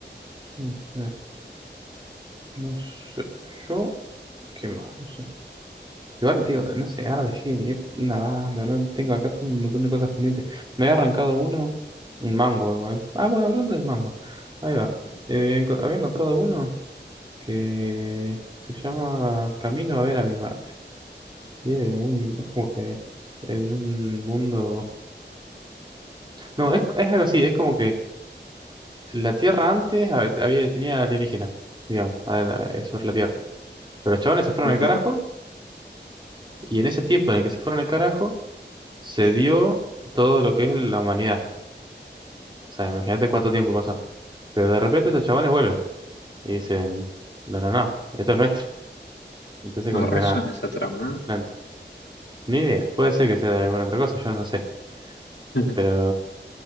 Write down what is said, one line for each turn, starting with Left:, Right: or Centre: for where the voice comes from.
Right: no sé. No sé. Yo. ¿Qué más? No sé. Igual, tío, no sé, ahora dejé de leer una banda, ¿no? Tengo acá todo un montón de cosas pendientes. Me había arrancado uno, un manga igual. Ah, bueno, hablando de manga. Ahí va. Eh, enco- había encontrado uno que se llama Camino a ver a mi madre. Y es, un- es como que en un mundo... No, es, es algo así, es como que la Tierra antes hab- había, tenía alienígenas, digamos, a- a- sobre la Tierra. Pero los chavales se fueron
Left: <laughs>
Right: al carajo, y en ese tiempo en el que se fueron al carajo se dio todo lo que es la humanidad. O sea, imagínate cuánto tiempo pasó. Pero de repente estos chabones vuelven y dicen, no, no, no, esto es nuestro. Entonces como
Left: Me resuena
Right: que nada,
Left: esa trama.
Right: se implanta. Ni idea, puede ser que sea de alguna otra cosa, yo no sé.
Left: ¿Eh? <laughs>
Right: Pero,